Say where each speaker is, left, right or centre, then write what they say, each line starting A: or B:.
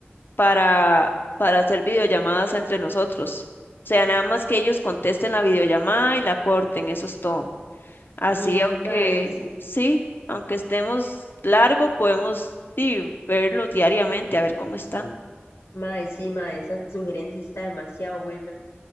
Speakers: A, on the left (about 55°); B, on the left (about 90°).
A: para, para hacer videollamadas entre nosotros? O sea, nada más que ellos contesten la videollamada y la corten, eso es todo. Así,
B: Mm,
A: aunque
B: mae, sí.
A: sí, aunque estemos largo, podemos sí, verlos diariamente, a ver cómo están.
B: Mae, sí, mae, esa sugerencia está demasiado buena.